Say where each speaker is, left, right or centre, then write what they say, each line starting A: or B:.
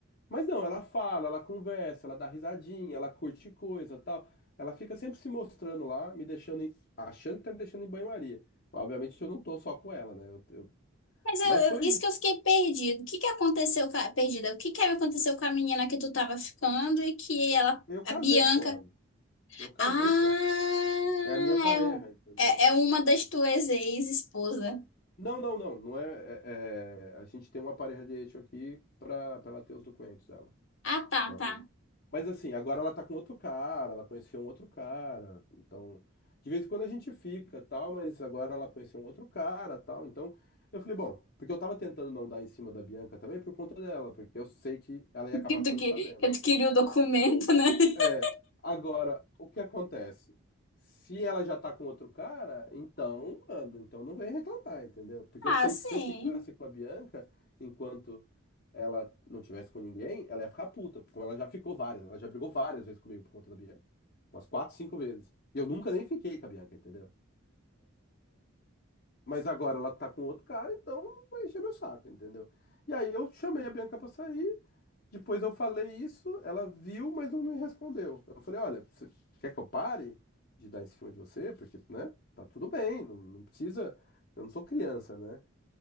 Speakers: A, on the left; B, on the left.
A: Mas não, ela fala, ela conversa, ela dá risadinha, ela curte coisa, tal. Ela fica sempre se mostrando lá, me deixando, em- achando que tá me deixando em banho-maria. Obviamente eu não tô só com ela, né? Eu, eu-
B: Mas eu,
A: Mas foi
B: eu- isso
A: isso.
B: que eu fiquei perdido. O que que aconteceu com a, perdida? O que que aconteceu com a menina que tu tava ficando e que ela,
A: Eu
B: a
A: casei
B: Bianca
A: com ela. Eu casei
B: Ah,
A: com ela.
B: é,
A: É a minha pareja,
B: um-
A: entendeu?
B: é, é uma das tuas ex-esposa.
A: Não, não, não. Não é, é- é- A gente tem uma pareja de hecho aqui pra, pra ela ter os documentos dela.
B: Ah, tá,
A: então.
B: tá.
A: Mas assim, agora ela tá com outro cara, ela conheceu um outro cara, então de vez em quando a gente fica, tal, mas agora ela conheceu um outro cara, tal, então eu falei, bom, porque eu tava tentando não dar em cima da Bianca também por conta dela, porque eu sei que ela ia acabar
B: Que tu,
A: ficando
B: que,
A: sabendo.
B: que tu queria o documento, né? <laughs>
A: É, agora, o que acontece? Se ela já tá com outro cara, então, mano, então não vem reclamar, entendeu? Porque
B: Ah,
A: eu sei
B: sim.
A: que se eu ficasse com a Bianca enquanto ela não tivesse com ninguém, ela ia ficar puta, como ela já ficou várias, ela já brigou várias vezes comigo por conta da Bianca. Umas quatro, cinco vezes. E eu nunca nem fiquei com a Bianca, entendeu? Mas agora ela tá com outro cara, então vai encher meu saco, entendeu? E aí eu chamei a Bianca pra sair, depois eu falei isso, ela viu, mas não me respondeu. Eu falei, olha, você quer que eu pare de dar em cima de você? Porque, né, tá tudo bem, não, não precisa, eu não sou criança, né?